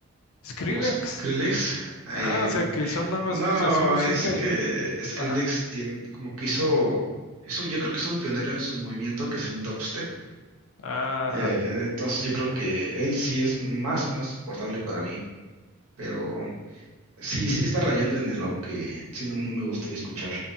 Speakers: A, on the left; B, on the right.
A: Skrillex.
B: como Skrillex. eh,
A: Ajá, o sea, que son nada más
B: no,
A: así música
B: es
A: y,
B: que Skrillex
A: ajá,
B: tiene, como que hizo, es un- yo creo que es un pionero en su movimiento que es el dubstep.
A: ajá.
B: Eh, entonces yo creo que él sí es más o menos soportable para mí, pero sí, sí está rayando en lo que sí no, no me gustaría escuchar